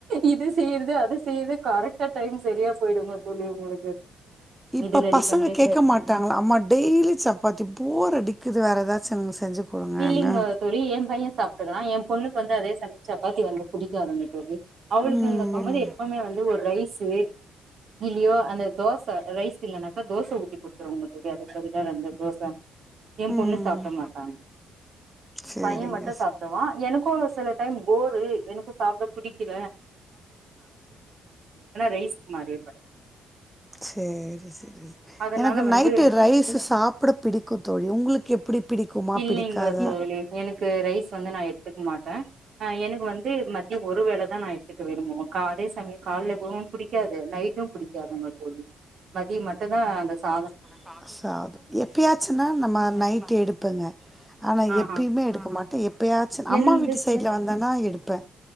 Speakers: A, on the right; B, in the centre.
A: இது செய்றது அது செய்றது கரெக்டா டைம் சரியா போயிடுங்க தோழி உங்களுக்கு
B: இப்ப
A: இது ரெடி
B: பசங்க
A: பண்ட்டு
B: கே க்க மாட்டாங்களா அம்மா டெய்லி சப்பாத்தி போர் அடிக்குது வேற எதாச்சு எங்களுக்கு செஞ்சு குடுங்கன்னு
A: இல்லிங்க தோழி எ பைய சாப்பிட்றா எ பொண்ணுக்கு வந்து அதே சமய சப்பாத்தி வந்துரு புடிக்காதுங்க தோழி அவளுக்கு
B: ம்
A: இந்த பொம்பள எப்பமே
B: ம்
A: வந்து ஒரு ரைஸு இல்லயோ அந்த தோச ரைஸ் இல்லனாக்கா தோச ஊத்தி குடுத்துருவாங்க தோழி அதுக்கு பதிலா ரெண்டு தோச எ
B: ம்
A: பொண்ணு சாப்ட மாட்டாங்க.
B: சேரிங்க
A: பைய மட்டு சாப்டுவா எனக்கு சில டைம் போரு எனக்கு சாப்ட பிடிக்கல ரைஸ்க்கு மாறிடுவே
B: சர்ரி சரி
A: அதனால
B: எனக்கு
A: வந்து
B: நைட்டு ரைஸ் சாப்ட பிடிக்கு தோழி உங்களுக்கு எப்டி பிடிக்குமா
A: இல்லைங்க
B: பிடிக்காதா
A: தோழி எனக்கு ரைஸ் வந்து நா எட்த்துக்க மாட்ட எனக்கு வந்து ம டீ ஒரு வேளதா நா எடுத்துக்க விரும்புவோ அதே சமயோ கால்ல கூடூ புடிக்காது நைட் டு புடிக்காதுங்க தோழி மதியம் மட்டுதா அந்த சாதம்
B: நா சாதோ எப்பயாச்சுன்னா நம்ம நைட் எடுப்பங்க ஆனா
A: ஆஹா
B: எப்பயுமே எடுக்க மாட்ட எப்பயாச்சு அம்மா
A: எந்து
B: வீட்டு சைட்ல வந்தன்னா எடுப்ப